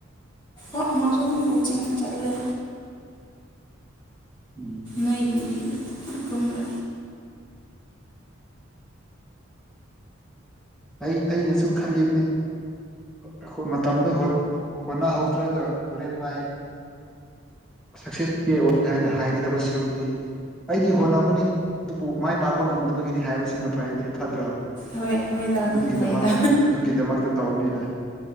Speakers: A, on the left (about 20°); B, in the centre.
A: ꯎꯝ ꯃꯥꯁꯨ ꯑꯗꯨꯝ ꯀꯣꯆꯤꯡ ꯆꯠꯂꯦ
B: ꯎꯝ
A: ꯅꯣꯏꯒꯤ ꯒꯨꯝꯅ
B: ꯑꯩ ꯑꯩꯅꯁꯨ ꯈꯜꯂꯤꯕꯅꯦ ꯑꯩꯈꯣꯏ ꯃꯇꯝꯗ ꯍꯣꯠ ꯍꯣꯠꯅꯍꯧꯗ꯭ꯔꯒ ꯍꯣꯔꯦꯟ ꯋꯥꯏ ꯁꯛꯁꯦꯁ ꯀꯦ ꯑꯣꯏ ꯍꯥꯏꯅ ꯍꯥꯏꯒꯗꯕ ꯁꯔꯨꯛꯗꯤ ꯑꯩꯗꯤ ꯍꯣꯠꯅꯕꯅꯤ ꯑꯗꯨꯕꯨ ꯃꯥꯏ ꯄꯥꯛꯄ ꯉꯝꯗꯕꯒꯤꯅꯤ ꯍꯥꯏꯕꯁꯤꯅ ꯐꯩ ꯐꯠꯇ꯭ꯔꯣ
A: ꯍꯣꯏ ꯍꯣꯏꯗ
B: ꯑꯗꯨꯒꯤꯗꯃꯛꯇ
A: ꯑꯗꯨꯅ ꯐꯩꯗ
B: ꯑꯗꯨꯒꯤꯗꯃꯛꯇ ꯇꯧꯅꯤꯗ